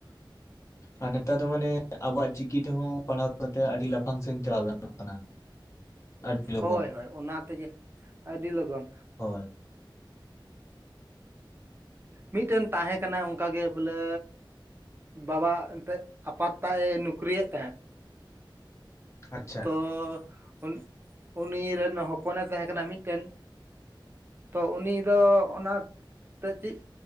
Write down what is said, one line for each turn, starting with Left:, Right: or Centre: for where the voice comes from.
Right: <inaudible>
Left: ᱟᱨ ᱱᱮᱛᱟᱨ ᱫᱚ ᱢᱟᱱᱮ ᱟᱵᱚᱣᱟᱜ ᱪᱤᱠᱤ ᱛᱮᱦᱚᱸ ᱯᱟᱲᱦᱟᱣ ᱠᱟᱛᱮᱫ ᱟᱹᱰᱤ ᱞᱟᱯᱷᱟᱝ ᱥᱮᱫ ᱪᱟᱞᱟᱣ ᱜᱟᱱᱚᱜ ᱠᱟᱱᱟ᱾ ᱟᱹᱰᱤ ᱞᱚᱜᱚᱱ
Right: ᱦᱳᱭ ᱦᱳᱭ, ᱚᱱᱟ ᱛᱮᱜᱮ ᱟᱹᱰᱤ ᱞᱚᱜᱚᱱ᱾
Left: ᱦᱚᱭ᱾
Right: ᱢᱤᱫᱴᱮᱱ ᱛᱟᱦᱮᱸ ᱠᱟᱱᱟ ᱚᱝᱠᱟᱜ ᱜᱮ ᱵᱚᱞᱮ ᱵᱟᱵᱟ ᱮᱱᱛᱮᱜ ᱟᱯᱟᱛ ᱛᱟᱭ ᱱᱩᱠᱨᱤᱭᱮᱫ ᱛᱟᱦᱮᱸᱫ᱾
Left: ᱟᱪᱪᱷᱟ
Right: ᱟᱫᱚ ᱩᱱ, ᱩᱱᱤ ᱨᱮᱱ ᱦᱚᱯᱚᱱᱮ ᱛᱟᱦᱮᱸ ᱠᱟᱱᱟ ᱢᱤᱫᱴᱮᱱ᱾ ᱛᱚ ᱩᱱᱤ ᱫᱚ ᱚᱱᱟ ᱮᱱᱛᱮᱫ ᱪᱮᱫ